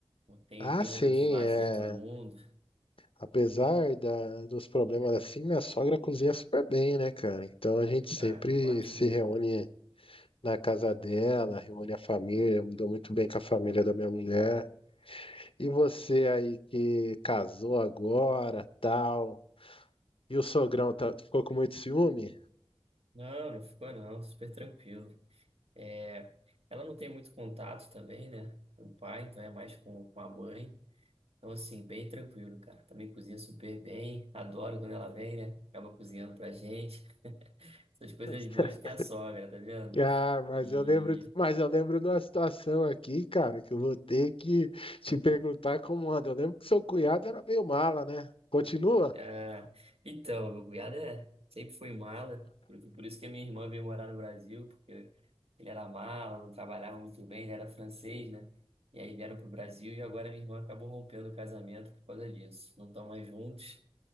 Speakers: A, on the right; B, on the left.
A: Pô, Tem,
B: Ah,
A: tem
B: sim,
A: momentos de lazer
B: é.
A: todo mundo.
B: Apesar da, dos problemas assim, minha sogra cozinha super bem, né, cara? Então a gente sempre
A: Ah, parte
B: se
A: boa.
B: reúne na casa dela, reúne a família, me dou muito bem com a família da minha mulher. E você aí que casou agora, tal, e o sogrão tá- ficou com muito ciúme?
A: Não, não ficou não, super tranquilo. É, ela não tem muito contato também, né? Com o pai, então é mais com, com a mãe. Então, assim, bem tranquilo, cara. Também cozinha super bem. Adoro quando ela vem, né? Acaba cozinhando pra gente. <laughs> Essas coisas
B: <laughs>
A: boas de ter a sogra, tá vendo?
B: Ah, mas
A: E
B: eu lembro, mas eu lembro de uma situação aqui, cara, que eu vou ter que te perguntar como anda. Eu lembro que seu cunhado era meio mala, né? Continua?
A: Ah, então, meu cunhado é, sempre foi mala, por, por isso que a minha irmã veio morar no Brasil, porque ele era mala, não trabalhava muito bem, ele era francês, né? E aí vieram pro Brasil e agora minha irmã acabou rompendo o casamento por causa disso. Não estão mais juntos